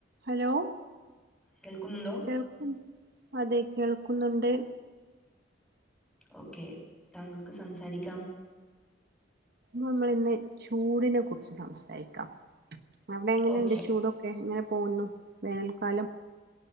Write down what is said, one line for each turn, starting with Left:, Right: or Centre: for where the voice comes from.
Right: Hello
Centre: കേൾക്കുന്നുണ്ടോ
Right: കേൾക്കു അതെ കേൾക്കുന്നുണ്ട്
Centre: ഓക്കെ താങ്കൾക്ക് സംസാരിക്കാം
Right: നമ്മള്ന്ന് ചൂടിനെ കുറിച്ച് സംസാരിക്കാം അവടെ എങ്ങനെയുണ്ട്
Centre: ഓക്കെ
Right: ചൂട് ക്കെ അങ്ങനെ പോകുന്നു വേനൽക്കാലം